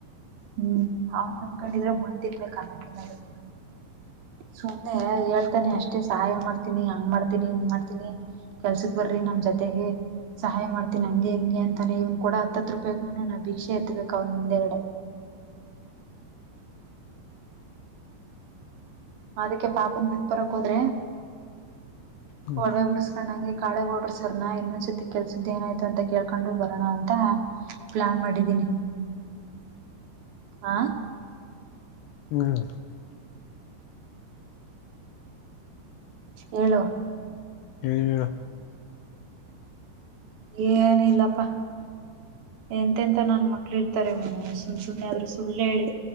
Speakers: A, on the right; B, on the left.
A: ಹ್ಮ ಅವನ್ ನಂಬ್ಕೊಂಡ್ ಇದ್ರೆ ಮಣ್ತಿನ್ಬೇಕು ಅನ್ನ ತಿನ್ನಲ್ಲ ಬಿಡು. ಸುಮ್ನೆ ಹೇಳ್ತಾನೆ ಅಷ್ಟೇ ಸಹಾಯ ಮಾಡ್ತೀನಿ ಹಂಗ್ ಮಾಡ್ತೀನಿ ಹಿಂಗ್ ಮಾಡ್ತೀನಿ ಕೆಲ್ಸಕ್ ಬರ್ರಿ ನಮ್ ಜೊತೆಗೆ ಸಹಾಯ ಮಾಡ್ತೀನಿ ಹಂಗೆ ಹಿಂಗೆ ಅಂತಾನೆ ಇವ್ನ ಕೊಡೊ ಹತ್ ಹತ್ ರೂಪಾಯಿಗು ನಾನ ಭೀಕ್ಷೆ ಎತ್ತಬೇಕು ಅವ್ನ ಮುಂದೆಗಡೆ. ಅದಕ್ಕೆ ಪಾಪನ್ ಬಿಟ್ ಬರಕ್ ಹೋದ್ರೆ?
B: ಹ್ಮ್
A: ಒಡ್ವೆ ಬಿಡಸ್ಕೊಂಡ್ ಅಂಗೆ ಕಾಳೆ ಗೌಡ್ರು ಸರ್ನ ಇನ್ನೊಸರ್ತಿ ಕೆಲ್ಸದ್ ಏನಾಯ್ತು ಅಂತ ಕೇಳ್ಕೊಂಡು ಬರೋಣ ಅಂತ ಪ್ಲಾನ್ ಮಾಡಿದ್ದೀನಿ. ಹ
B: <unintelligible>
A: ಹೇಳು?
B: ನೀನ್ ಹೇಳು?
A: ಏನು ಇಲ್ಲಪ್ಪಾ. ಎಂತೆಂತ ನನ್ ಮಕ್ಳ ಇರ್ತಾರೆ <unintelligible> ಸುಮ್ ಸುಮ್ನೆ ಆದ್ರೂ ಸುಳ್ ಹೇಳಿ